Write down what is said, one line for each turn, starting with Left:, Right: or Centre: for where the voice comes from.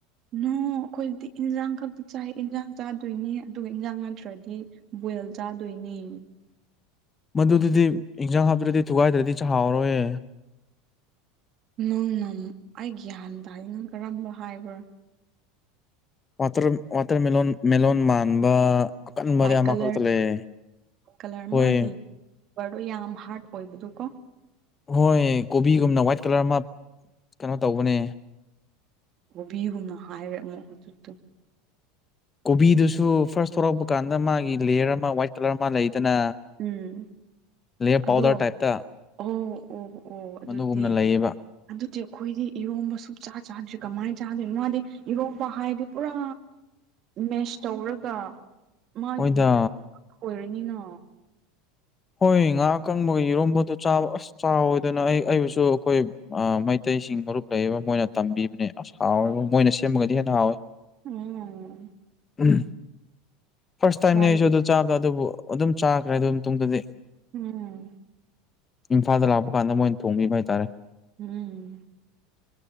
Right: ꯅꯣ ꯑꯩꯈꯣꯏꯗꯤ ꯏꯟꯖꯥꯡ ꯈꯛꯇ ꯆꯥꯏ ꯏꯟꯖꯥꯡ ꯆꯥꯗꯣꯏꯅꯦ ꯑꯗꯨꯒ ꯏꯟꯖꯥꯡ ꯅꯠꯇ꯭ꯔꯗꯤ ꯕꯣꯏꯜ ꯆꯥꯗꯣꯏꯅꯤ
Left: ꯃꯗꯨꯗꯨꯗꯤ ꯏꯟꯖꯥꯡ ꯍꯥꯞꯇ꯭ꯔꯗꯤ ꯊꯨꯒꯥꯏꯗ꯭ꯔꯗꯤ ꯆꯥꯛꯍꯥꯎꯔꯣꯏꯌꯦ
Right: ꯅꯪꯅꯝ ꯑꯩ ꯒ꯭ꯌꯥꯟ ꯇꯥ ꯅꯪ ꯀꯔꯝꯕ ꯍꯥꯏꯕ꯭ꯔꯥ
Left: ꯋꯥꯇꯔ ꯋꯥꯇꯔꯃꯦꯅꯣꯟ ꯃꯦꯂꯣꯟ ꯃꯥꯟꯕ ꯑꯀꯟꯕꯗꯤ
Right: ꯋꯥꯏꯠ
Left: ꯑꯃꯈꯛꯇ
Right: ꯀꯂꯔ
Left: ꯂꯩꯌꯦ
Right: ꯀꯂꯔ
Left: ꯍꯣꯏ
Right: ꯃꯥꯒꯤ ꯀꯔꯗꯣ ꯌꯥꯝ ꯍꯥꯔꯠ ꯑꯣꯏꯕꯗꯨ ꯀꯣ
Left: ꯍꯣꯏ ꯀꯣꯕꯤꯒꯨꯝꯅ ꯋꯥꯏꯠ ꯀꯂꯔ ꯑꯃ ꯀꯩꯅꯣ ꯇꯧꯕꯅꯦ
Right: ꯀꯣꯕꯤꯒꯨꯝꯅ ꯍꯥꯏꯔꯦ ꯑꯃꯨꯛ ꯍꯧꯖꯤꯛꯇꯣ
Left: ꯀꯣꯕꯤꯗꯨꯁꯨ ꯐꯥꯔꯁ ꯊꯣꯔꯛꯄ ꯀꯥꯟꯗ ꯃꯥꯒꯤ ꯂꯦꯌꯔ ꯑꯃ ꯋꯥꯏꯠ ꯀꯂꯔ ꯑꯃ ꯂꯩꯗꯅ
Right: ꯎꯝ
Left: ꯂꯦꯌꯔ
Right: ꯑꯗꯣ
Left: ꯄꯥꯎꯗꯔ ꯇꯥꯏꯞꯇ
Right: ꯑꯣ ꯑꯣ ꯑꯣ ꯑꯗꯨꯗꯤ
Left: ꯃꯗꯨꯒꯨꯝꯅ ꯂꯩꯌꯦꯕ
Right: ꯑꯗꯨꯗꯤ ꯑꯩꯈꯣꯏꯗꯤ ꯏꯔꯣꯝꯕ ꯁꯨꯡꯆꯥ ꯆꯥꯗ꯭ꯔꯤ ꯀꯃꯥꯏꯅ ꯆꯥꯗꯣꯏꯅꯣ ꯃꯥꯗꯤ ꯏꯔꯣꯝꯕ ꯍꯥꯏꯗꯤ ꯄꯨꯔꯥ ꯃꯦꯁ ꯇꯧꯔꯒ ꯃꯥꯒꯤ
Left: ꯍꯣꯏꯗ
Right: ꯑꯣꯏꯔꯅꯤꯅ
Left: ꯍꯣꯏ ꯉꯥ ꯑꯀꯪꯕꯒ ꯏꯔꯣꯝꯕꯗꯣꯥ ꯑꯁ ꯆꯥꯎꯋꯣꯏꯗꯅ ꯑꯩ ꯑꯩꯕꯨꯁꯨ ꯑꯩꯈꯣꯏ ꯑꯥ ꯃꯩꯇꯩꯁꯤꯡ ꯃꯔꯨꯞ ꯂꯩꯕ ꯃꯣꯏꯅ ꯇꯝꯕꯤꯕꯅꯦ ꯑꯁ ꯍꯥꯎꯋꯦꯕ ꯃꯣꯏꯅ ꯁꯦꯝꯃꯒꯗꯤ ꯍꯦꯟꯅ ꯍꯥꯎꯋꯦ
Right: ꯎꯝ
Left: ꯎꯝ ꯐꯥꯔꯁ ꯇꯥꯏꯝꯅꯤ
Right: ꯇ꯭ꯔꯥꯏ
Left: ꯑꯩꯁꯨ ꯑꯗꯨ ꯆꯥꯕꯗꯣ ꯑꯗꯨꯕꯨ ꯑꯗꯨꯝ ꯆꯥꯈ꯭ꯔꯦ ꯑꯗꯨ ꯇꯨꯡꯗꯗꯤ
Right: ꯎꯝ
Left: ꯏꯝꯐꯥꯜꯗ ꯂꯥꯛꯄ ꯀꯥꯟꯗ ꯃꯣꯏꯅ ꯊꯣꯡꯕꯤꯕ ꯍꯥꯏꯇꯥꯔꯦ
Right: ꯎꯝ